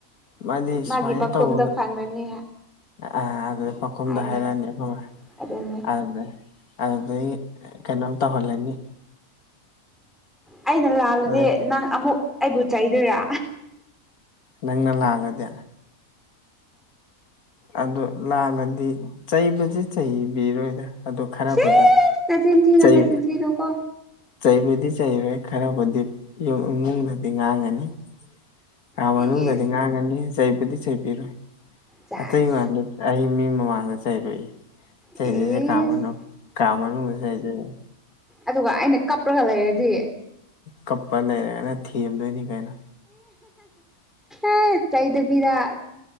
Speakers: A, on the left; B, in the centre.
A: ꯃꯥꯗꯤ
B: ꯃꯥꯒꯤ
A: ꯁꯨꯃꯥꯏꯅ
B: ꯄꯥꯈꯨꯝꯗꯣ
A: ꯇꯧ
B: ꯈꯪꯒꯅꯤ
A: ꯑꯥ ꯑꯗꯨꯗꯩ ꯄꯥꯎꯈꯨꯝꯗꯣ
B: ꯍꯥꯏꯅꯦ
A: ꯍꯥꯏꯔꯛꯑꯅꯤ ꯑꯈꯣꯢ ꯃꯥꯅ
B: ꯑꯗꯨꯅꯦ
A: ꯑꯗ ꯑꯗꯨꯗꯩ ꯀꯩꯅꯣꯝ ꯇꯧꯍꯜꯂꯅꯤ
B: ꯑꯩꯅ ꯂꯥꯜꯂꯗꯤ
A: ꯑꯗꯒꯤ
B: ꯅꯪ ꯑꯃꯨꯛ ꯑꯩꯕꯨ ꯆꯩꯗꯣꯏꯔꯥ
A: ꯅꯪꯅ ꯂꯥꯜꯂꯗꯤ ꯑꯗꯣ ꯂꯥꯜꯂꯗꯤ ꯆꯩꯕꯖꯦ ꯆꯩꯕꯤꯔꯣꯏꯗ ꯑꯗꯣ ꯈꯔꯕꯨꯗꯤ
B: ꯁꯤꯁ ꯅꯆꯤꯟ ꯊꯤꯅꯨ
A: ꯆꯩ
B: ꯅꯆꯤꯟ ꯊꯤꯅꯨꯀꯣ
A: ꯆꯩꯕꯗꯤ ꯆꯩꯔꯣꯢ ꯈꯔꯕꯨꯗꯤ ꯌꯨꯝ ꯏꯃꯨꯡꯗꯗꯤ ꯉꯥꯡꯒꯅꯤ ꯥ ꯀꯥ
B: ꯏꯁ
A: ꯃꯅꯨꯡꯗꯗꯤ ꯉꯥꯡꯉꯅꯤ ꯆꯩꯕꯗꯤ ꯆꯩꯕꯤꯔꯣꯏ
B: ꯆꯥꯁ
A: ꯑꯇꯩ ꯃꯝꯗꯗꯤ ꯑꯩ ꯃꯤ ꯃꯃꯥꯡꯗ ꯆꯩꯔꯣꯏꯌꯦ ꯆꯩꯗꯣꯏꯖꯦ
B: ꯏꯁ
A: ꯀꯥ ꯃꯅꯨꯡ ꯀꯥ ꯃꯅꯨꯡꯗ ꯆꯩꯗꯣꯏꯅꯦ
B: ꯑꯗꯨꯒ ꯑꯩꯅ ꯀꯞꯄ꯭ꯔꯒ ꯂꯩꯔꯗꯤ
A: ꯀꯞꯄ ꯂꯩꯔꯒꯅ ꯊꯦꯝꯗꯣꯏꯅꯤ ꯀꯩꯅꯣ
B: ꯑꯦ <unintelligible> ꯆꯩꯗꯕꯤꯔ